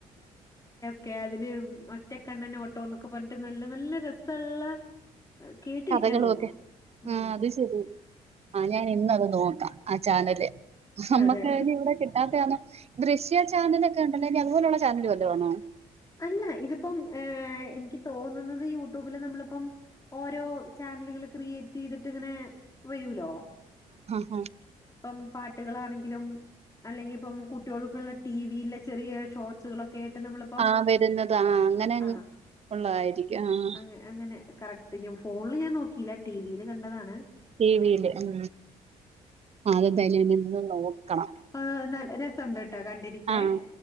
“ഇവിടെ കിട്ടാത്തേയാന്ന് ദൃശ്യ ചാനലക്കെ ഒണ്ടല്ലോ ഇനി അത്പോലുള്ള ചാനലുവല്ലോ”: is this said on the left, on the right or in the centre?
Right